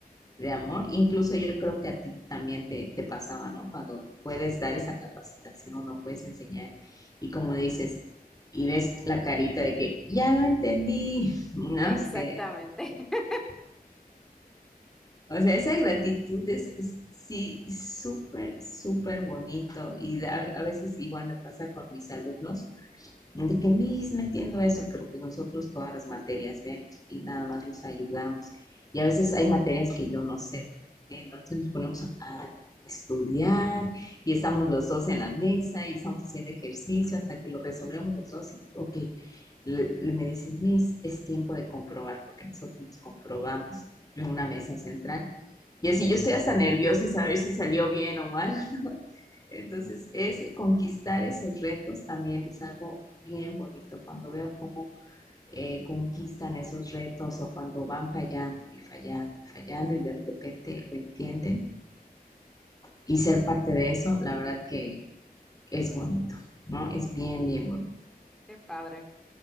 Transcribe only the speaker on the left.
de amor. Incluso yo creo que a ti también te, te pasaba, ¿no? Cuando puedes dar esa capacitación o puedes enseñar y como dices, y ves la carita de que ya lo entendí, <laughs> ¿no?
Este,
o sea, esa gratitud es, es sí súper, súper bonito y da- a veces igual me pasa con mis alumnos de que Miss, no entiendo eso, pero pues nosotros todas las materias vemos y nada más los ayudamos. Y a veces hay materias que yo no sé, entonces nos ponemos a, a estudiar y estamos los dos en la mesa y estamos haciendo ejercicio hasta que lo resolvemos los dos y, ok, le- le- me dice Miss, es tiempo de comprobar porque nosotros nos comprobamos en una mesa central. Y así yo estoy hasta nerviosa y saber si salió bien o mal. <laughs> Entonces, es conquistar esos retos también es algo bien bonito cuando veo cómo eh, conquistan esos retos o cuando van fallando y fallando y fallando y de repente lo entienden y ser parte de eso, la verdad que es bonito, ¿no? Es bien, bien bonito.